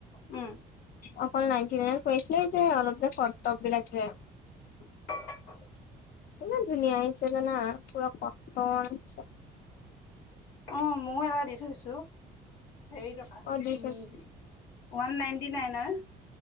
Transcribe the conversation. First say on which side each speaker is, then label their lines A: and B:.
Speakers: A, on the left; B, on the left.
A: উম।
B: অকল নাইনটি নাইনত পৰিছিলে যে অলপ যে চৰ্ট টপবিলাক যে।
A: <inaudible>
B: ইমান ধুনীয়া আহিছে জানা পুৰা কটন
A: অ' ময়ো এটা দি থৈছো। হেৰি টকা,
B: অ', দি
A: উম,
B: থৈছ
A: ওৱান নাইনটি নাইনৰ।